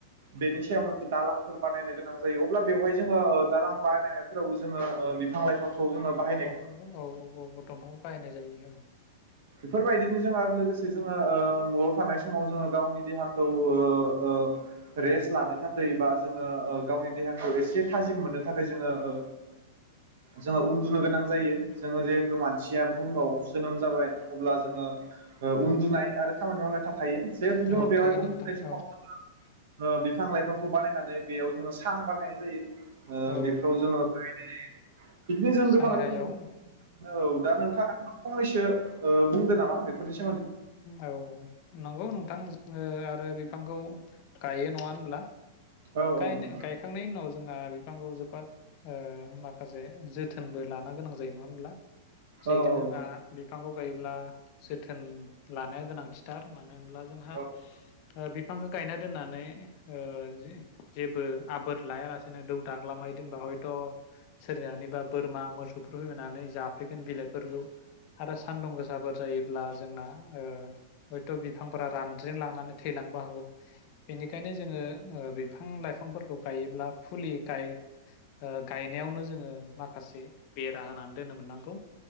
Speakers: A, on the right; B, on the left.
A: बेनि सायाव मोनसे दालांफोर बानायनो गोनां जायो अब्ला बेवहाय जोङो ओ दालां बानायनायफोराव ओ जोङो बिफां-लाइफां खौ जोङो बाहायनाय
B: <unintelligible> औ औ औ औ दंफांखौ बाहायनाय जायो। बेयाव
A: बेफोरबायदिनो जोंङो लोगोसे जोङो ओ नआव थानाय समाव जोङो गावनि देहाखौ ओ ओ रेस्ट लानो थाखै बा जोङो ओ गावनि देहाखौ एसे थाजिम मोननो थाखाय जोङो ओ जोङो उन्दुनो गोनां जायो। जोङो जे त मानसिया बुहुमाव जोनोम जाबाय अब्ला जोङो ओ उन्दुनाय आरो खामानि मावनो था थायो जेहुते
B: औ
A: जोङो
B: औ
A: बेहाय
B: थायो
A: उन्दुनाय
B: नोंथां
A: समाव
B: औ
A: <unintelligible> ओ <unintelligible> बिफां लाइफांखौ बानायनानै बेयाव जोङो सां बानायनाय जायो। ओ
B: औ
A: बेफोराव जोङो बाहायनाय जायो बिदिनो जोङो
B: सायहायाव
A: गोबां रोखोमनि औ दा नोंथाङा फंनैसो ओ बुंदो नामा बेफोरनि सोमो
B: औ नंगौ नों थां जोङो आरो बिफांखौ गायो नङा होनब्ला
A: औ
B: गायनाय
A: औ नोंथां
B: गायखांनायनि उनाव जों ओ बिफांखौ जोबोद ओ माखासे जोथोनबो लानो गोनां जायो नङा होनब्ला जिहेथु
A: औ औ
B: जोंहा बिफांखौ <unintelligible> योब्ला जोथोन लानाया गोनांथि थार मानो होनब्ला जोंहा
A: औ
B: ओ बिफांखौ गायना दोननानै ओ जि जेबो आबोर लायालासेनो दौ दाग्लामै दोनबा हयथ सोरहानिबा बोरमा मोसौफोर फैनानै जाफैगोन बिलाइफोरखौ आरो सान्दुं गोसाफोर जायोब्ला जोंना ओ हयथ बिफांफोरा रानद्रेम लांनानै थैलांबो हागौ बेनिखायनो जोङो ओ बि बिफां लाइफांफोरखौ गायोब्ला फुलि गाय ओ गायनायावनो जोङो माख माखासे बेरा होनानै दोननो मोननांगौ